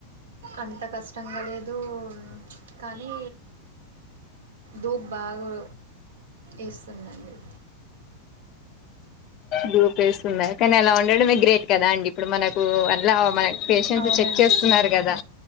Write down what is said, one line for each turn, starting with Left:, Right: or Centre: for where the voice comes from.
Right: అంత కష్టంగా లేదు కానీ డూప్ బాగొ ఎస్తుందండి
Left: డూప్ ఎస్తుందా కానీ అలా ఉండడమే గ్రేట్ కదా అండి ఇప్పుడు మనకు అట్లా మన పేషెంట్
Right: అవునండి
Left: ని చెక్ చేస్తున్నారు కదా